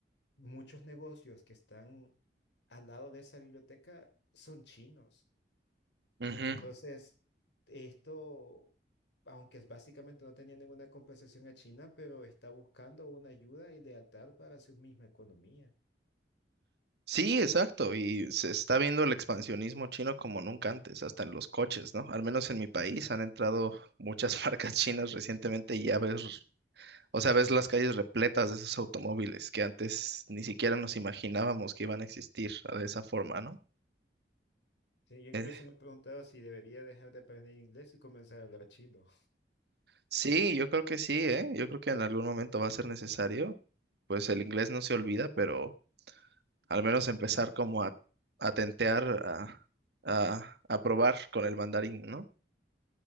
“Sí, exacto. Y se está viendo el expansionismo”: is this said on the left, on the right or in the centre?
Right